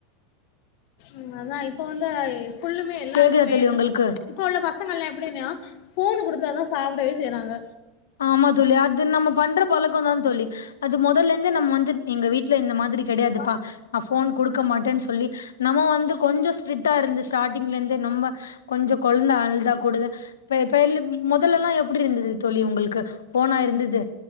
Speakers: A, on the left (about 55°); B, on the left (about 75°).
A: உம் அதான் இப்ப வந்து ஃபுல்லுமே எல்லாருக்குமே
B: கேக்குதா தோழி
A: இந்த
B: உங்களுக்கு
A: இப்ப உள்ள பசங்க எல்லா எப்படின்னா போனு கொடுத்தான் சாப்பிடவே செய்யறாங்க
B: ஆமா தோழி அது நம்ம பண்ற பழக்கம் தான் தோழி அது முதல்ல இந்தே நம்ம வந்து எங்க வீட்டுல இந்த மாதிரி கிடையாதுப்பா நா போன் கொடுக்க மாட்டேன்னு சொல்லி நம்ம வந்து கொஞ்சோ ஸ்ட்ரிட்டா இருந்து ஸ்டார்டிங்ல இருந்தே நம்ம கொஞ்சோ கொலந்த அழுதா கூடுது இப் பேல முதல்லெல்லா எப்டி இருந்தது தோழி உங்களுக் க்கு போனா இருந்தது